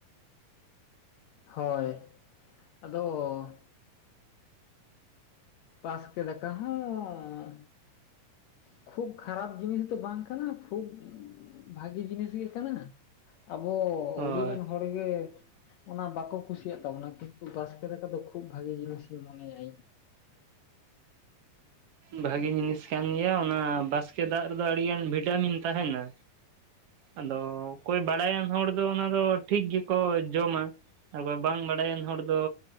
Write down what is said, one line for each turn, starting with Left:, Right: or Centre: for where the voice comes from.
Left: ᱦᱳᱭ ᱟᱫᱚ ᱵᱟᱥᱠᱮ ᱫᱟᱠᱟ ᱦᱚᱸ ᱠᱷᱩᱵ ᱠᱷᱟᱨᱟᱯ ᱡᱤᱱᱤᱥ ᱫᱚ ᱵᱟᱝ ᱠᱟᱱᱟ ᱠᱷᱩᱵ ᱵᱷᱟᱜᱤ ᱡᱤᱱᱤᱥ ᱜᱮ ᱠᱟᱱᱟ ᱟᱵᱚ
Right: ᱦᱳᱭ
Left: ᱟᱹᱰᱤ ᱜᱟᱱ ᱦᱚᱲ ᱜᱮ ᱚᱱᱟ ᱵᱟᱠᱚ ᱠᱩᱥᱤᱭᱟᱜ ᱛᱟᱵᱚᱱᱟ ᱠᱤᱱᱛᱩ ᱵᱟᱥᱠᱮ ᱫᱟᱠᱟ ᱫᱚ ᱠᱷᱩᱵ ᱵᱷᱟᱜᱤ ᱡᱤᱱᱤᱥᱤᱧ ᱢᱚᱱᱮᱭᱟ ᱤᱧ
Right: ᱵᱷᱟᱜᱤ ᱡᱤᱱᱤᱥ ᱠᱟᱱ ᱜᱮᱭᱟ ᱚᱱᱟ ᱵᱟᱥᱠᱮ ᱫᱟᱜ ᱨᱮᱫᱚ ᱟᱹᱰᱤᱜᱟᱱ ᱵᱷᱤᱴᱟᱢᱤᱱ ᱛᱟᱦᱮᱱᱟ
Left: <inaudible>
Right: ᱟᱫᱚ ᱚᱠᱚᱭ ᱵᱟᱲᱟᱭᱟᱱ ᱦᱚᱲ ᱫᱚ ᱚᱱᱟ ᱫᱚ ᱴᱷᱤᱠ ᱜᱮᱠᱚ ᱡᱚᱢᱟ᱾ <unintelligible> ᱵᱟᱝ ᱵᱟᱰᱟᱭᱟᱱ ᱦᱚᱲ ᱫᱚ